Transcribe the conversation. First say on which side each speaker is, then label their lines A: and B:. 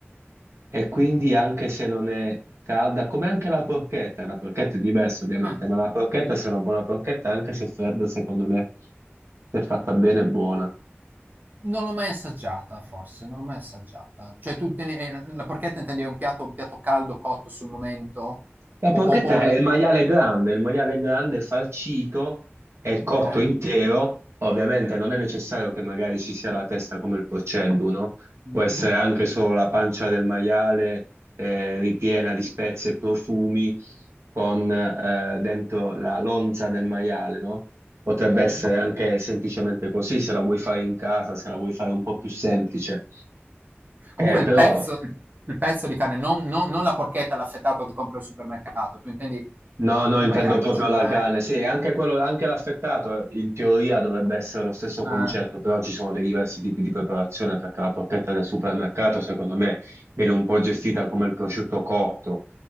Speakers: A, on the right; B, on the right.
A: e quindi anche se non è calda, come anche la porchetta, la porchetta è diversa ovviamente,
B: ah,
A: ma la porchetta, se è una buona porchetta, anche se fredda, secondo me, se fatta bene, è buona.
B: non l'ho mai assaggiata, forse, non l'ho mai assaggiata. Cioè tu te ne- eh, la porchetta intendi è un piatto, un piatto caldo cotto sul momento?
A: La
B: O,
A: porchetta
B: o, o le-
A: è il maiale grande, il maiale grande farcito e
B: Ok.
A: cotto intero. Ovviamente non è necessario che magari ci sia la testa come il porcello, no?
B: Mh-mh,
A: Può essere anche solo la pancia del maiale eh, ripiena di spezie e profumi con eh, dentro la lonza del maiale, no? Potrebbe
B: okay.
A: essere anche semplicemente così, se la vuoi fare in casa, se la vuoi fare un po' più semplice.
B: Comunque
A: Eh, però
B: il pezzo il il pezzo di carne, non non non la porchetta, l'affettato che compri al supermercato, tu intendi
A: No,
B: il
A: no,
B: maiale
A: intendo proprio
B: cucina
A: la
B: eh,
A: carne. Sì, anche quello, anche l'affettato in teoria dovrebbe essere lo stesso
B: eh,
A: concetto, però ci sono dei diversi tipi di preparazione perché la porchetta del supermercato, secondo me, viene un po' gestita come il prosciutto cotto